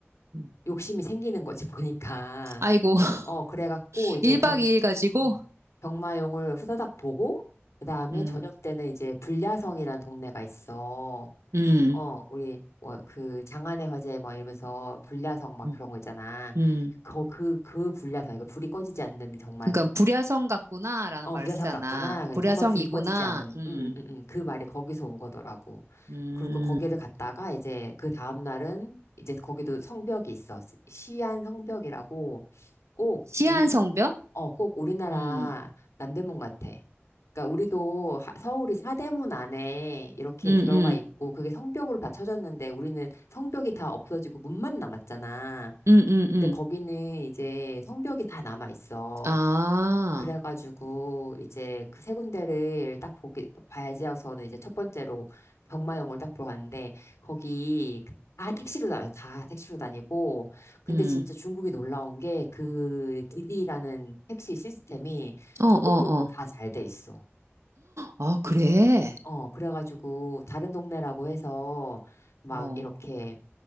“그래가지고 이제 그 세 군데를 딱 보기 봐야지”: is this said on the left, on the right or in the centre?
Left